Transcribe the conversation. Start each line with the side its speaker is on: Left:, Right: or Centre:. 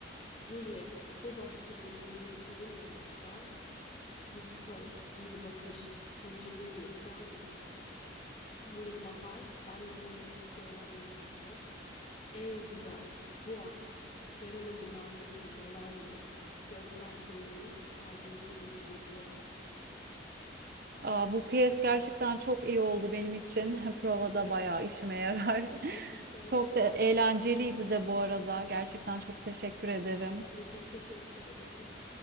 Left: Juliet, bu bahçede yeminim seninle başlar. Bir söz, bir bakış, zincirlerimi kırar mısın? Sen bir bahar, ben dalında titreyen bir çiçek. Ey güzel, bu aşk Verona'nın lanetini yener mi? Gökler tanığım, kalbim seninle bir dua.
Right: Aa, bu piyes gerçekten çok iyi oldu benim için. <laughs> Provada
Left: Evet.
Right: bayağı işime yarar.
Left: Gerçekten
Right: <laughs> Çok
Left: öyle.
Right: da eğlenceliydi de bu arada. Gerçekten çok teşekkür ederim.
Left: Ben de çok teşekkür ederim.